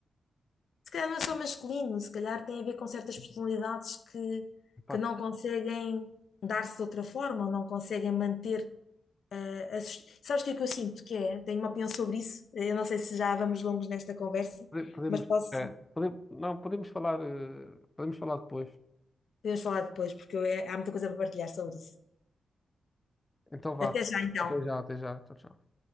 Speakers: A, on the left (about 75°); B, on the left (about 25°).
A: Se calhar não é só masculino, se calhar tem a ver com certas personalidades que,
B: Pá,
A: que não conseguem dar-se de outra forma, ou não conseguem manter. eh, a sus- Sabes o que é que eu sinto que é? Tenho uma opinião sobre isso. Eu não sei se já vamos longos nesta conversa,
B: pode- podemos,
A: mas posso,
B: é, pode- não, podemos falar, eh, podemos falar depois.
A: podemos falar depois, porque eu- eh, há muita coisa para partilhar sobre isso.
B: Então vá.
A: Até já então.
B: Até já, até já. Tchau, tchau.